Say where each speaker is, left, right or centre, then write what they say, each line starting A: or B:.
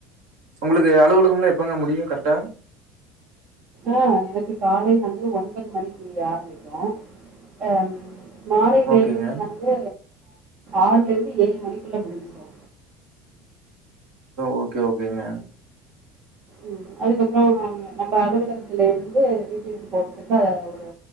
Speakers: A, on the right; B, on the right.
A: உங்களுக்கு அலுவலக எல்லா எப்பங்க முடியு கரெக்டா
B: ஆ எனக்கு காலை வந்து ஒன்பது மணிக்கு ஆரம்பிக்கு அ மாலை
A: ஓகேங்க.
B: வேலையில வந்து ஆறுல இருந்து ஏழு மணிக்குள்ள முடிஞ்சிடு
A: ஓகே ஓகேங்க
B: உம் அதுக்கப்பறோ நம்ம அலுவலகத்துல இருந்து வீட்டிற்க்கு போறதுக்கு ஒரு